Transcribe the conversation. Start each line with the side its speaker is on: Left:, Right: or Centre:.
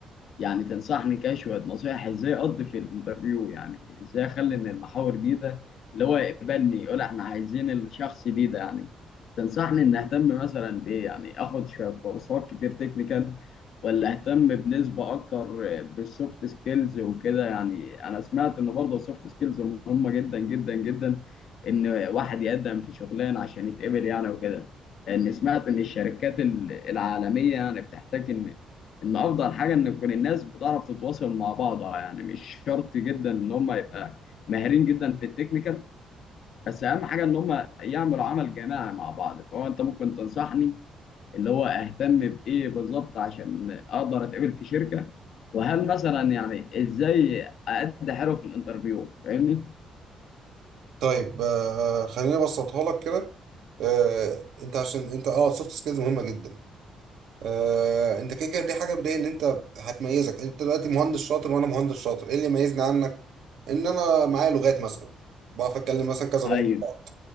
Left: يعني تنصحني كده شوية نصايح ازاي اقضي في الانترفيو يعني ازاي اخلي ان المحاور دي ده اللي هو يقبلني يقول احنا عايزين الشخص دي ده يعني تنصحني ان اهتم مثلا بايه يعني اخد شوية كورسات كتير تكنيكال ولا اهتم بنسبة اكتر بالسوفت سكيلز وكده يعني انا سمعت ان برضه السوفت سكيلز مهمة جدا جدا جدا ان واحد يقدم في شغلانة عشان يتقبل يعني وكده لان سمعت ان الشركات ال- العالمية يعني بتحتاج ان ان افضل حاجه ان تكون الناس بتعرف تتواصل مع بعضها يعني مش شرط جدا ان هم يبقى ماهرين جدا في التكنيكال بس اهم حاجه ان هم يعملوا عمل جماعي مع بعض فهو انت ممكن تنصحني اللي هو اهتم بايه بالظبط عشان اقدر اتقبل في شركه وهل مثلا يعني ازاي أأدي حلو في الانترفيو فاهمني
Right: طيب آه، آه، خليني ابسطها لك كده آه، انت عشان انت اه سوفت سكيلز مهمه جدا آه، انت كده كده دي حاجه بدايه ان انت هتميزك انت دلوقتي مهندس شاطر وانا مهندس شاطر ايه اللي يميزني عنك ان انا معايا لغات مثلا بعرف اتكلم مثلا كذا
Left: ايوه
Right: لغه مع بعض.